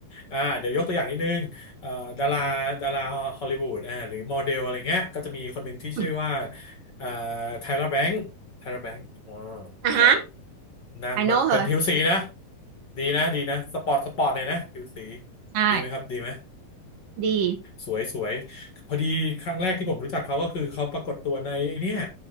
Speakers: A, on the left; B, on the right.
A: อ่าเดี๋ยวยกตัวอย่างนิดนึงเอ่อดาราดาราฮอลลีวูดอ่าหรือโมเดลอะไรเงี้ยก็จะมีคนหนึ่งที่ชื่อว่า
B: อม
A: เอ่อไทเลอร์แบงค์ไทเลอร์แบงค์ว้าว
B: อ่ะฮะ
A: นางแบบเป็นผิวสีนะ
B: I know her
A: ดีนะดีนะสปอร์ตสปอร์ตหน่อยนะผิวสี
B: ใช่
A: ดีไหมครับดีไหม
B: ดี
A: สวยสวยพอดีครั้งแรกที่ผมรู้จักเขาก็คือเขาปรากฏตัวในไอ้เนี่ย